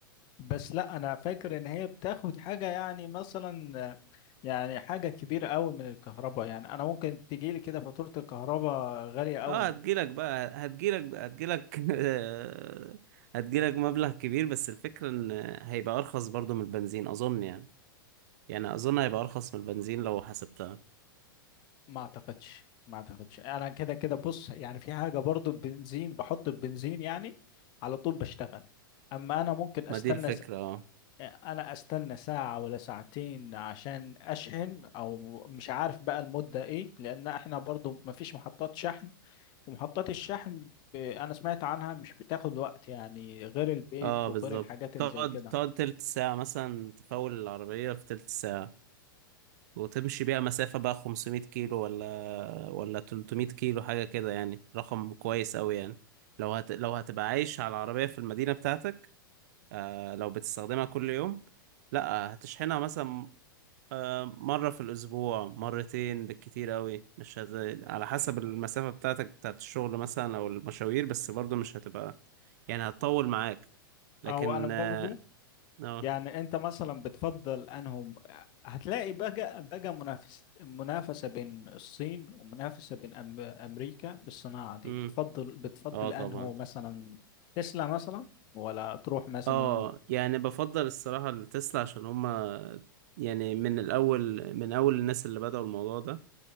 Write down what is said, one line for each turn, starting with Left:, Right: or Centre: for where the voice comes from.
Left: بس لا انا فاكر ان هي بتاخد حاجه يعني مثلا يعني حاجه كبيره قوي من الكهرباء يعني انا ممكن تجيلي كده فاتوره الكهرباء غاليه قوي
Right: اه هتجيلك بقى هتجيلك بقى هتجيلك <laughs> آه، هتجيلك مبلغ كبير بس الفكرة ان هيبقى ارخص برضو من البنزين اظن يعني يعني اظن هيبقى ارخص من البنزين لو حسبتها
Left: ما اعتقدش ما اعتقدش انا كده كده بص يعني في حاجه برضو البنزين بحط البنزين يعني على طول بشتغل اما انا ممكن استنى
Right: ما دي الفكرة اه
Left: انا استنى ساعة ولا ساعتين عشان اشحن او مش عارف بقى المدة ايه لان احنا برضو مفيش محطات شحن ومحطات الشحن ب... انا سمعت عنها مش بتاخد وقت يعني غير البيت
Right: اه بالظبط
Left: وغير الحاجات
Right: تقعد
Left: اللي زي كده
Right: تقعد تلت ساعة مثلا تفول العربية في تلت ساعة وتمشي بيها مسافة بقى 500 كيلو ولا ولا 300 كيلو حاجة كده يعني رقم كويس أوي يعني لو هت... لو هتبقى عايش على العربية في المدينة بتاعتك آه، لو بتستخدمها كل يوم لا هتشحنها مثلا آه، مرة في الأسبوع مرتين بالكتير قوي مش هت... على حسب المسافة بتاعتك بتاعت الشغل مثلا أو المشاوير بس برضو مش هتبقى يعني هتطول معاك لكن
Left: او انا برضو
Right: اه اه
Left: يعني انت مثلا بتفضل انهم هتلاقي بقى بقى منافس منافسة بين الصين ومنافسة بين أم... امريكا في الصناعة دي
Right: مم،
Left: بتفضل بتفضل
Right: آه طبعا
Left: انه مثلا تسلا مثلا ولا تروح مثلا
Right: اه يعني بفضل الصراحة التسلا عشان هما يعني من الأول من أول الناس اللي بدأوا الموضوع ده